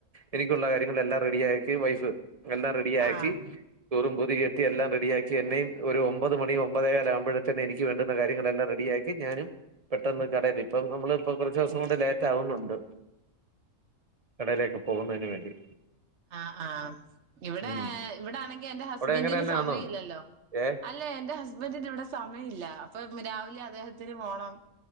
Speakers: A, on the right; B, on the right.
A: എനിക്കുള്ള കാര്യങ്ങളല്ലാം റെഡിയാക്കി വൈഫ് എല്ലാം റെഡിയാക്കി
B: ആ
A: ചൂറും പുതി കെട്ടി എല്ലാം റെഡിയാക്കി എന്നെയും ഒരു ഒമ്പത് മണി ഒമ്പതേകാല ആകുമ്പോഴത്തെന് എനിക്ക് വേണ്ടുന്ന കാര്യങ്ങളെല്ലാം റെഡിയാക്കി ഞാനും പെട്ടെന്ന് കടയിൽ ഇപ്പം നമ്മള് ഇപ്പൊ കുറച്ച് ദിവസം
B: എത്തും
A: കൊണ്ട് ലേറ്റ് ആവുന്നുണ്ട്. കടയിലേക്കും. പോകുന്നയിന് വേണ്ടി
B: ആ ആ ഇവിടെ
A: ഉം.
B: ഇവിടെ ആണെങ്കി എന്റെ ഹസ്ബൻറിന്
A: അവിടെ അങ്ങനെ തന്നെയാന്നോ
B: സമയ ഇല്ലല്ലോ
A: ഏ
B: അല്ലെ എന്റെ ഹസ്ബൻറിന്റെ ഇവിടെ സമയം ഇല്ല ഇപ്പം രാവിലെ അദ്ദേഹത്തിന് പോണം